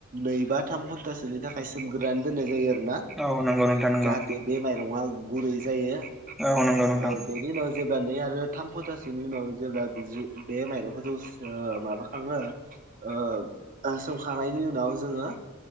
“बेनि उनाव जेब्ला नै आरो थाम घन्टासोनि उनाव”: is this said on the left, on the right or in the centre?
Right